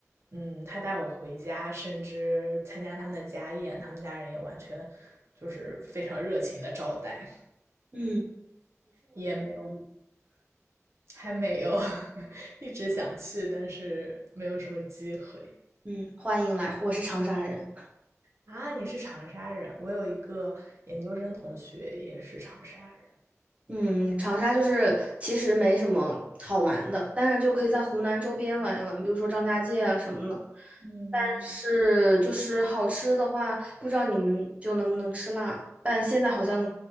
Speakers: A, on the right; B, on the right.
A: 嗯，他带我回家，甚至参加他们的家宴，他们家人也完全就是非常热情的招待，
B: 嗯
A: 也没有还没有 <laughs> 一直想去，但是没有什么机会。
B: 嗯，欢迎来，我是长沙人。
A: 啊，你是长沙人，我有一个研究生同学也是长沙人。
B: 嗯，长沙就是其实没什么好玩的，但是就可以在湖南周边玩一玩，比如说张家界啊什么的。
A: 嗯，
B: 是，就是好吃的话，不知道你们就能不能吃辣，但现在好像